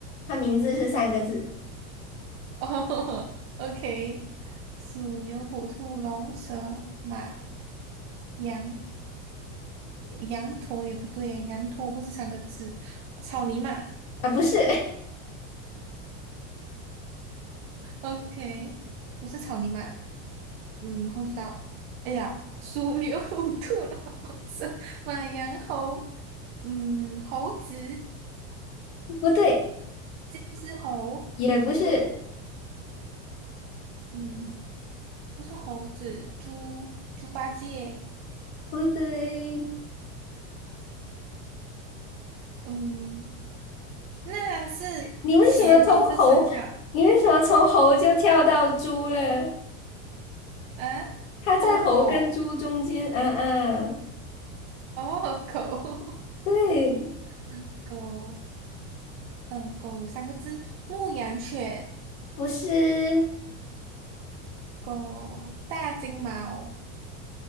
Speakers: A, on the left (about 75°); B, on the right (about 55°).
A: 它名字是三个字
B: 哦 <laughs>，OK，鼠、牛、虎、兔、龙、蛇、马、羊，羊驼也不对耶，羊驼不是三个字，草泥马
A: 啊，不是，
B: ，OK，不是草泥马，嗯，然后就到，哎呀，鼠、牛、虎、兔、龙、蛇、马、羊、猴，嗯，猴子，
A: <laughs> 不对，
B: 这只猴，
A: 也不是，
B: 嗯，不是猴子，猪，猪八戒，
A: 不对。
B: 嗯，那是前六个生肖。
A: 你为什么从猴，你为什么从猴就跳到猪了？
B: 啊，
A: 它在猴跟猪中间，
B: 哦，狗，
A: 嗯嗯，
B: 哦，狗，
A: 对，
B: <laughs> 狗，嗯，狗有三个字，牧羊犬，
A: 不是
B: 狗，大金毛，